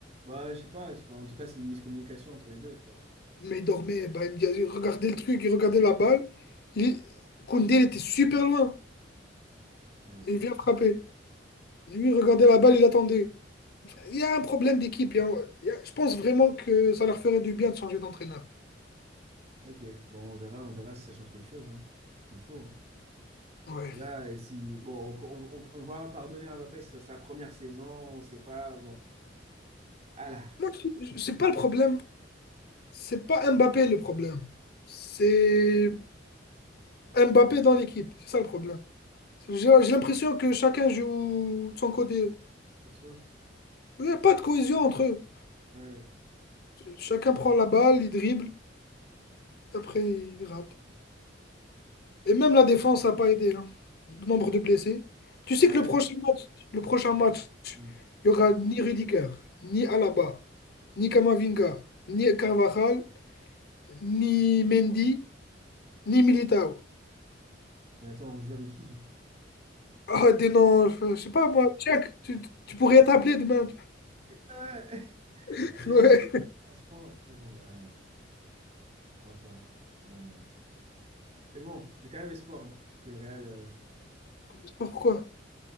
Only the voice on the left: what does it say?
Mais il dormait, Brahim Diaz, il regardait le truc, il regardait la balle. Il... Koundé, il était super loin.
Il vient frapper. Lui, il regardait la balle, il attendait. Il y a un problème d'équipe. il y a- il y a- Je pense vraiment que ça leur ferait du bien de changer d'entraîneur.
Ouais.
Moi, je- je- c'est pas le problème. C'est pas Mbappé le problème. C'est Mbappé dans l'équipe. C'est ça le problème. J'ai j'ai l'impression que chacun joue de son côté.
Il n'y a pas de cohésion entre eux.
Chacun prend la balle, il dribble, après il rate. Et même la défense n'a pas aidé, hein. Le nombre de blessés. Tu sais
que le prochain match, le prochain match,
il y aura ni Rudiger, ni Alaba, ni Kamavinga, ni Carvajal, ni Mendy, ni Militao.
Ah, des noms, je je sais pas moi, Tchèque, tu, tu pourrais être appelé demain.
<laughs>
Ouais,
je sais pas pourquoi?